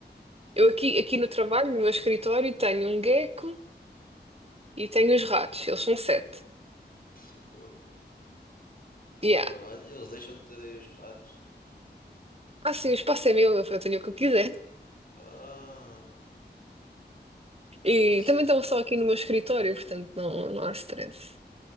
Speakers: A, on the right; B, on the left.
A: Eu aqui, aqui no trabalho, no meu escritório, tenho um gecko e tenho
B: <coughs>
A: os ratos, eles são sete.
B: Pô, logo,
A: Yeah.
B: No trabalho, e eles deixam de ter aí os ratos.
A: Ah, sim, o espaço é meu, eu tenho o que eu quiser.
B: Ah,
A: E
B: assim,
A: também estão só aqui no meu escritório, portanto não, não há stress.